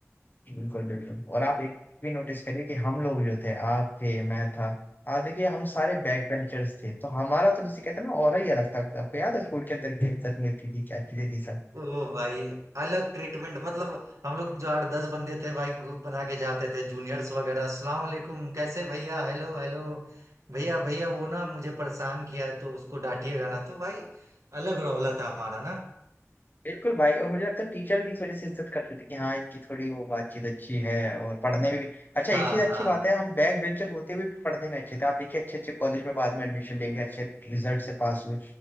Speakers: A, on the left (about 40°); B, on the right (about 80°).
A: बिल्कुल बिल्कुल और आप एक भी नोटिस करिए कि हम लोग जो थे आप थे मैं था हाँ देखिए हम सारे बैक बेंचर्स थे तो हमारा तो जिसे कहते हैं ना और ही अलग था आपको याद है स्कूल के अंदर की इज्जत मिलती थी क्या चीजें थी सब
B: ओ भाई अलग ट्रीटमेंट मतलब हम लोग जो आठ दस बंदे थे भाई ग्रुप बना के जाते थे जूनियर्स वगैरह अस्सलाम वालेकुम कैसे भैया हेलो हेलो भैया भैया वो ना मुझे परेशान किया है, तो उसको डांटिएगा ना तो भाई अलग रौला था हमारा ना
A: बिल्कुल भाई और मुझे लगता है टीचर भी इस वजह से इज्जत करते थे कि हाँ इनकी थोड़ी वो बातचीत अच्छी है और पढ़ने में भी अच्छा
B: हाँ
A: एक चीज अच्छी
B: हाँ
A: बात है हम बैक बेंचर होते हुए भी पढ़ने में अच्छे थे आप देखिए अच्छे अच्छे कॉलेज में बाद में एडमिशन ले लिया अच्छे रिजल्ट से पास हुए